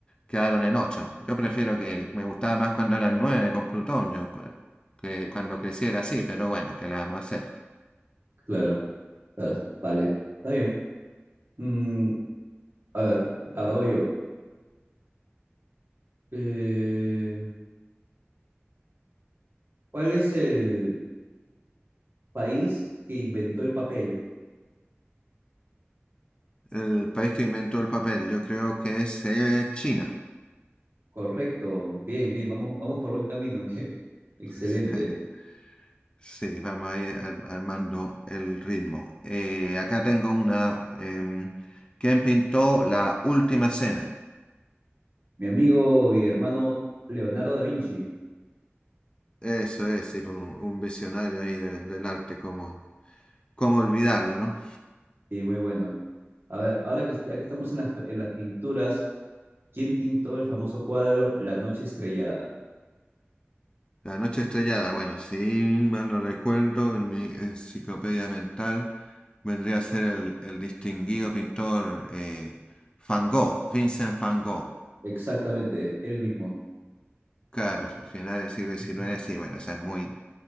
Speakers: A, on the left; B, on the right.
A: quedaron en ocho. Yo prefiero que me gustaba más cuando eran nueve con Plutón, yo cu- que cuando creciera así, pero bueno, ¿qué le vamos a hacer?
B: Claro, claro, vale, está bien. Mm, a ver, ahora voy yo. Eh, ¿cuál es el país que inventó el papel?
A: El país que inventó el papel, yo creo que es eh, China.
B: Correcto, bien, bien, vamos, vamos por buen camino, <laughs> Miguel. Excelente.
A: <laughs> Sí, vamos a ir ar- armando el ritmo. Eh, acá tengo una. em, ¿quién pintó la última cena?
B: Mi amigo y hermano Leonardo da Vinci.
A: Eso es, sí, pues, un, un visionario ahí de- del arte, como, cómo olvidarlo, ¿no?
B: Sí, muy bueno. A ver, ahora que, ya que estamos en las, en las pinturas, ¿quién pintó el famoso cuadro La Noche Estrellada?
A: La noche estrellada, bueno, si mal no recuerdo, en mi enciclopedia mental vendría a ser el, el distinguido pintor eh, Van Gogh, Vincent Van Gogh.
B: Exactamente, él mismo.
A: Claro, a finales del siglo XIX,
B: Ujú.
A: sí, bueno, esa es muy,